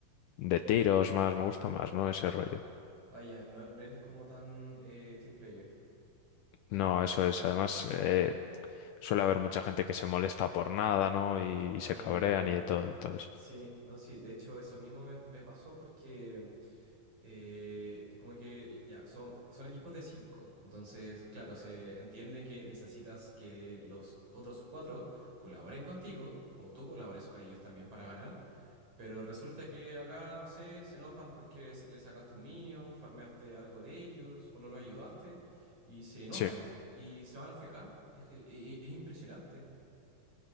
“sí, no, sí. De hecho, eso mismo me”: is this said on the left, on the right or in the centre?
Right